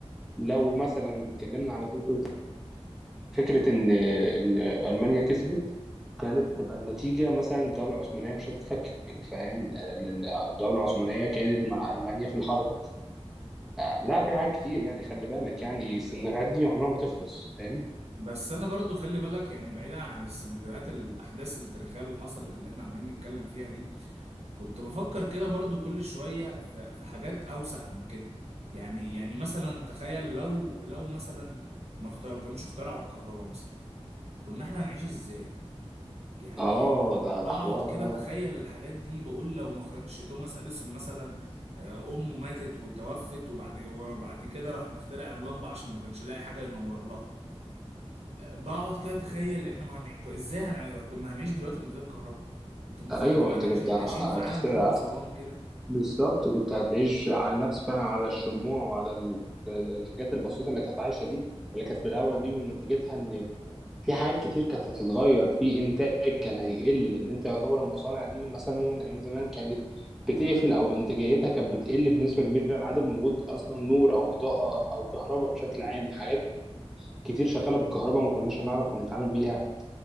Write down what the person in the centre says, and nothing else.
لو مثلا اتكلمنا على فكرة فكرة إن إن ألمانيا كسبت كانت هتبقى النتيجة مثلا الدولة العثمانية مش هتتفكك فاهم لأن الدولة العثمانية كانت مع ألمانيا في الحرب فلا في حاجات كتير يعني خلي بالك يعني السيناريوهات دي عمرها ما تخلص فاهم
اه ده
ده حوار
ده
ايوه
انت
كنت
هتسترع
بالظبط كنت هتعيش على نفس بقى على الشموع وعلى ال- الحاجات البسيطة اللي كانت عايشة دي اللي كانت في الأول دي ونتيجتها إن في حاجات كتير كانت هتتغير في انتاج كان هيقل لان انت يعتبر المصانع دي مثلا ايام زمان كانت بتقفل او انتاجيتها كانت بتقل بنسبه كبيره عن عدم وجود اصلا نور او اضاءه او كهرباء بشكل عام حاجات كتير شغاله بالكهرباء ما كناش هنعرف نتعامل بيها